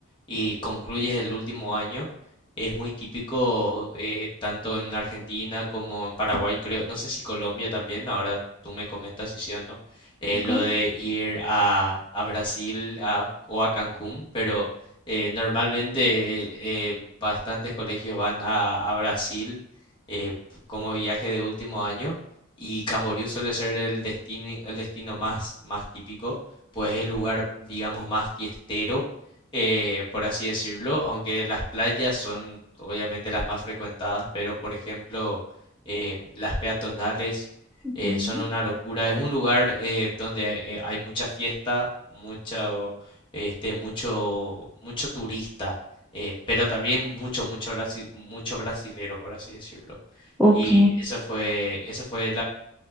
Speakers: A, on the left; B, in the centre.
A: y concluyes el último año, es muy típico eh, tanto en Argentina como en Paraguay, creo, no sé si Colombia también, ahora tú me comentas si sí o no, eh,
B: ok.
A: lo de ir a, a Brasil a- o a Cancún, pero eh, normalmente eh, bastantes colegios van a, a Brasil eh, como viaje de último año y Camboriú suele ser el destino, el destino más, más típico pues el lugar, digamos, más fiestero, eh, por así decirlo, aunque las playas son obviamente las más frecuentadas, pero por ejemplo, eh, las peatonales
B: Ujú.
A: eh, son una locura. Es un lugar eh, donde eh, hay mucha fiesta, mucho, este, mucho, mucho turista, eh, pero también mucho, mucho, brasi- mucho brasilero, por así decirlo.
B: Ok,
A: Y esa fue, esa fue